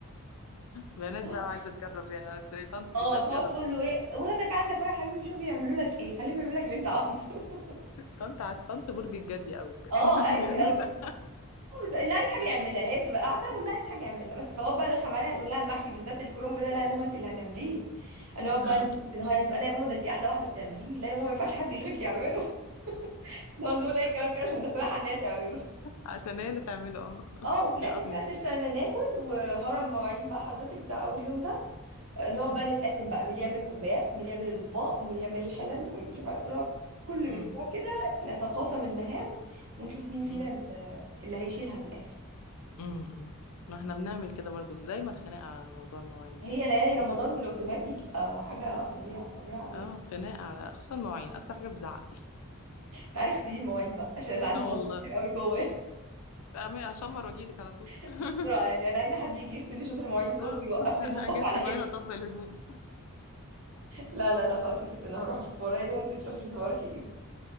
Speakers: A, on the left (about 75°); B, on the right (about 70°).
A: بنات
B: <laughs>
A: بقى عايزة تجرب يا أصل طنط سيبها
B: اه تقعد
A: تجرب
B: تقول
A: يا
B: له
A: طنط
B: ايه ولادك عندك ايه يا حبيبي شوف يعملوا لك ايه خليهم يعملوا لك اللي انت عاوزه <laughs>
A: طنط عايز طنط برج الجدي قوي
B: اه
A: بجد
B: ايوه
A: <laughs> جميلة
B: قوي بس اللي عايز حاجه
A: جميلة
B: يعملها هي بتبقى قاعده
A: أيوة
B: واللي عايز حاجه يعملها بس فهو بقى الرخم عليها نقول لها المحشي بالذات الكرنب ده لا يا ماما انت اللي هتعمليه هنقعد
A: اه
B: بقى نهيص بقى لا يا ماما ده انت احلى واحده بتعمليه لا يا ماما ما ينفعش حد غيرك يعمله <laughs> نقعد نقول اي كلام كده عشان نقنعها ان هي تعمله
A: عشان هي اللي تعمله اه
B: اه وفي
A: بيقف
B: الاخر
A: من
B: بقى ترسل انا ناكل وهرم مواعين بقى حضرتك بتاع اول يوم ده آه، نقعد
A: مم.
B: بقى نتقاسم بقى مين اللي يعمل الكوبايات مين اللي يعمل الاطباق ومين اللي يعمل الحلل ومين مش عارفة- ونقعد كل
A: مم.
B: اسبوع كده نتقاسم المهام ونشوف مين فينا
A: مم.
B: اللي اللي هيشيلها في الاخر
A: مم. مم. ما احنا بنعمل كده برضو دايما خناقة على موضوع المواعين
B: هي
A: ده
B: ليالي
A: اه
B: رمضان والعزومات دي بتبقى حاجة فظيعة فظيعة قوي
A: اه
B: يعني
A: خناقة على خصوصا المواعين اكتر حاجة بتزعل
B: تعالي اغسلي المواعين بقى عشان انا عندي
A: اه
B: مواعين
A: والله
B: كتير قوي جوايا
A: أعمل- اشمر واجيلك على طول
B: <laughs>
A: <laughs>
B: بسرعة يعني انا عايزة حد يجي يغسل لي شوية المواعين دول
A: اه
B: ويوقف لي
A: اجي
B: المطبخ على
A: في المواعين
B: حلو
A: واطبق
B: كده.
A: الهدوم
B: لا لا لا خلاص يا ستي انا هروح اشوف ورايا ايه وانتي تروحي تشوفي وراكي ايه